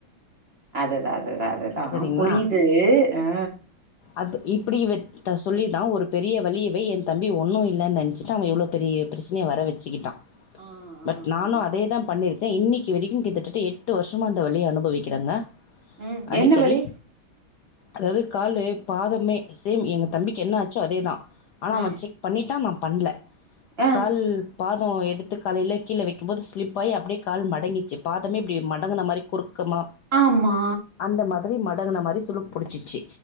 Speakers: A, on the right (about 30°); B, on the left (about 65°).
A: அதுதா அதுதா அதுதா
B: சரிங்களா
A: புரியுது அ
B: அது இப்டி இவர்ட்ட சொல்லி தா ஒரு பெரிய வலியவே எ தம்பி ஒன்னு இல்லன் நெனச்சிட்டு அவ எவ்ளோ பெரிய பிரச்சனைய வர வெச்சுக்கிட்டா
A: ஆ
B: பட்
A: ஆ
B: நானு
A: ஆ.
B: அதே தா பண்ணிருக்கே இன்னைக்கு வரைக்கு கிட்டத்தட்ட எட்டு வர்ஷ துமா அந்த வலிய அனுபவிக்கிறங்க
A: ம்
B: அடிக்கடி
A: என்ன வலி
B: அதாவது காலு பாதமே சேம் எங்க தம்பிக்கு என்னாச்சோ அதேதான் ஆனா
A: ஆ
B: அவன் செக் பண்ணிட்டான் நான் பண்ல
A: ஆ
B: கால் பாதோ எடுத்து காலையில கீழ வைக்கும் போது ஸ்லிப்பாயி அப்படியே கால் மடங்கிச்சு பாதமே இப்டி மட மாரி குறுக்கமா
A: ஆமா
B: அந்த மாதிரி மடங்குன மாரி சுழுக்கு புடிச்சுச்சி